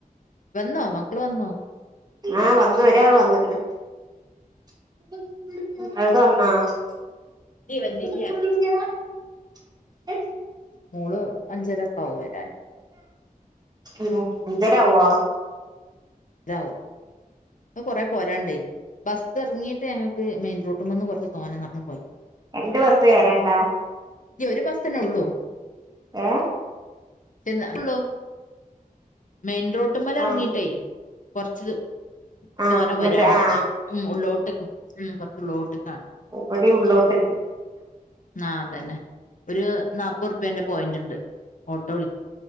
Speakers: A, on the left (about 60°); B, on the right (about 25°).
A: വന്നോ മക്കള് വന്നോ
B: ആ വന്ന് ഒരാള് വന്ന്ക്കണ് <unintelligible>
A: ഇല്ല്യ
B: <unintelligible>
A: വന്നില്ല്യ മോള് അഞ്ചരക്കാവു വെരാന്
B: ഉം, അഞ്ചര ആവുവോ
A: രാവും കൊറേ പോരാന്ണ്ടേ ബസ്സെറങ്ങീട്ട് ഞങ്ങക്ക് മെയിൻ റൂട്ട്മ്മെന്ന് കൊറച്ച് തോനെ <unintelligible>
B: രണ്ട് ബസ് കേറാന്ണ്ടാ
A: ഇ ഒര് ബസ്സനേ ള്ളൂ.
B: ഏ
A: <unintelligible> ഉള്ളു മെയിൻ റോട്ടും മേലെറങ്ങീട്ടേ
B: ആ
A: കുറച്ചിത്
B: ആ
A: തോന
B: എന്നിട്ട്
A: വരാണ്ട്
B: ആ
A: ഞാ ഉം, ഉള്ളോട്ട് ഉം കൊറച്ചള്ളോട്ട്.
B: ഒപ്പടി ഉള്ളോട്ട്
A: ആ, അതന്നെ ഒരു നാപ്പത് റുപ്യേന്റെ പോയിന്റ്ണ്ട്, ഓട്ടോ വിളിക്ക